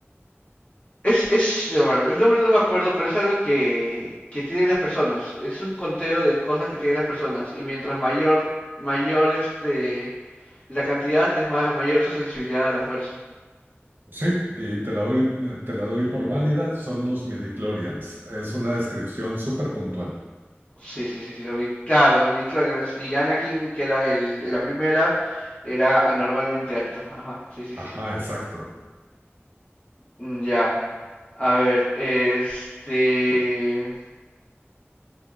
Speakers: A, on the left; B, on the right.
A: Es, es, bueno, el nombre no me acuerdo, pero es algo que, que tienen las personas. Es un conteo de cosas que tienen las personas. Y mientras mayor, mayor este, la cantidad, es más, mayor su sensibilidad a la fuerza.
B: Sí, y te la doy, te la doy por válida, son los midichlorians. Es una descripción súper puntual.
A: Sí, sí, sí, sí, los vi. Claro, vi clones. Y Anakin, que era el, en la primera, era anormalmente alto. Ajá, sí, sí,
B: Ajá,
A: sí.
B: exacto.
A: Mm, Ya. A ver, este...